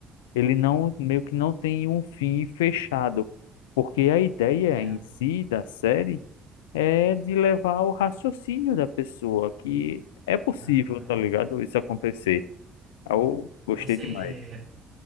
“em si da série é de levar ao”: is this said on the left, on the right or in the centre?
Left